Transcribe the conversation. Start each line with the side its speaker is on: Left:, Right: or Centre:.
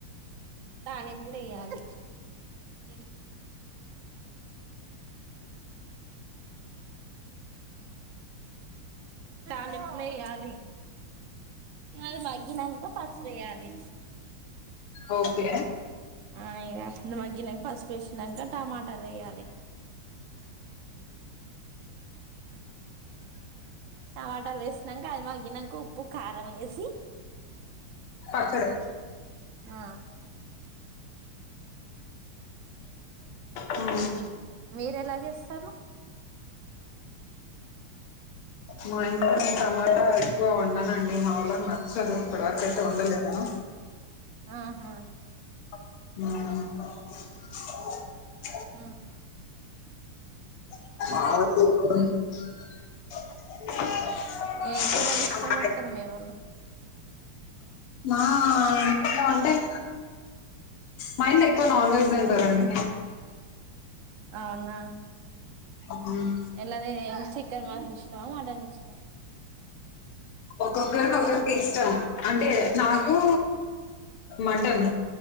Right: తాళింపులు వెయ్యాలి అంతేలే తాలింపులు వెయ్యాలి ఇక అది మగ్గినంక పసుపు వెయ్యాలి
Left: ఒకే
Right: ఆ ఇక మగ్గినంక పసుపు వేసినాక టమటాలు వెయ్యాలి టమాటాలు వేసినాక అది మగ్గినంక ఉప్పు కారం వేసి
Left: పచ్చడి.
Right: ఆ
Left: హ్మ్.
Right: మీరు ఎలా చేస్తారు
Left: మా ఇంట్లో నేను టమాటా ఎక్కువ వండనండి మా వాళ్ళకి నచ్చది ఇప్పటివరకు అయితే ఉండలేదును
Right: ఆహా
Left: హ్
Right: ఆ
Left: <unintelligible>
Right: ఏం కూరలు
Left: టమాటా
Right: ఇష్ట పడతారు
Left: ఎక్కువ-
Right: మీవొళ్ళు
Left: మా ఇట్ల ఉంటయి మా ఇంట్ల ఎక్కువ నాన్ వెజ్ తింటారండి.
Right: అవునా
Left: హ్మ్.
Right: ఎల్లది చీకెన్ మాటన్ ఇష్ కెనా మాటన్ ఇష్టమా
Left: ఒక్కొక్కరికి ఒక్కోక్కటి ఇష్టం. అంటే నాకు మటన్